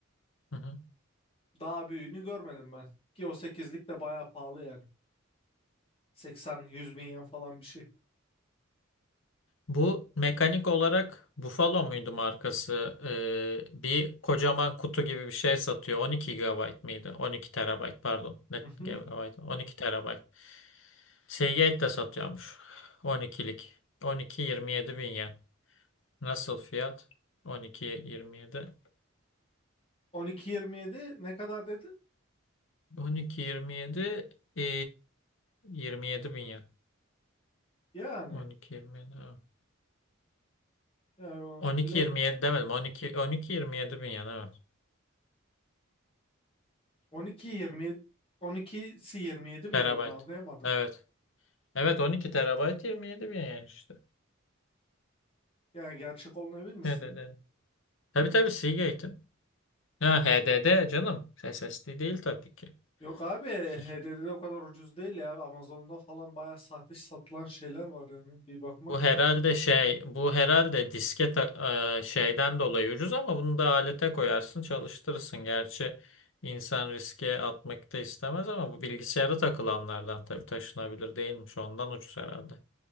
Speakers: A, on the left (about 65°); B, on the left (about 25°).
A: hı hı.
B: Daha büyüğünü görmedim ben. Ki o sekizlik de bayağı pahalı yani. 80-100 bin yen falan bir şey.
A: Bu mekanik olarak Buffalo muydu markası? Ee, bir kocaman kutu gibi bir şey satıyor. 12 GB mıydı? 12 terabayt pardon. Ne
B: Hı hı.
A: GB? 12 terabayt. Seagate de satıyormuş. 12'lik. 12-27 bin yen. Nasıl fiyat? 12-27.
B: 12.27 ne kadar dedin?
A: 12 27 e, yirmi yedi bin yen.
B: Yani,
A: 12 27 evet.
B: yani o
A: on iki
B: bile
A: yirmi yedi demedim. 12 27 bin yen evet.
B: 12.27 12'si 27 bin
A: Terabayt.
B: yen mi anlayamadım.
A: Evet. Evet 12 terabayt yirmi yedi bin yen işte.
B: Yani gerçek olduğuna emin misin?
A: HDD. Tabii tabii Seagate'in. Ha HDD canım. SSD değil tabii ki.
B: Yok abi
A: <laughs>
B: HDD'de o kadar ucuz değil ya. Amazon'da falan bayağı sahte satılan şeyler var yani. Bir bakmak
A: Bu herhalde
B: lazım.
A: şey, bu herhalde disket e, şeyden dolayı ucuz ama bunu da alete koyarsın, çalıştırırsın. Gerçi insan riske atmak da istemez ama bu bilgisayara takılanlardan tabii taşınabilir değilmiş. Ondan ucuz herhalde.